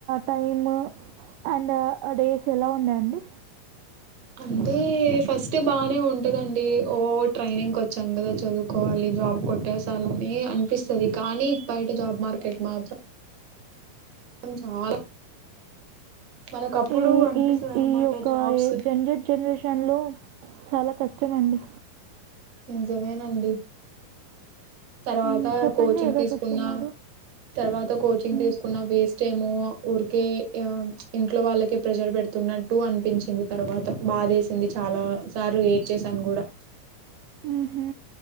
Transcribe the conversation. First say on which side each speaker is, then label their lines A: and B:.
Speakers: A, on the right; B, on the right.
A: టైమ్ ఆ డేస్ ఎలా ఉన్నాయండి
B: అంటే ఫస్ట్ బానే ఉంటదండి ఓ ట్రైనింగ్ వచ్చాం కదా చదువుకోవాలి జాబ్ కొట్టేసాల అని అనిపిస్తుంది కానీ బయట జాబ్ మార్కెట్ మాత్రం చాలా మనకు అప్పుడు
A: ఈ
B: అనిపిస్తది
A: ఈ
B: అనమాట
A: ఈ యొక్క
B: జాబ్స్
A: జంజట్ జనరేషన్ లో చాలా కష్టమండి
B: నిజమేనండి తర్వాత
A: మ్మ్, చెప్పండి
B: కోచింగ్
A: ఏదో
B: తీసుకున్న
A: చెప్తున్నారు
B: తర్వాత కోచింగ్
A: మ్మ్.
B: తీసుకున్న వేస్ట్ ఏమో ఊరికే ఇంట్లో వాళ్ళకే ప్రెషర్ పెడుతున్నట్టు అనిపించింది తర్వాత భాదేసింది చాలా సార్లు ఏడ్చేసాను కూడా
A: ఉహూ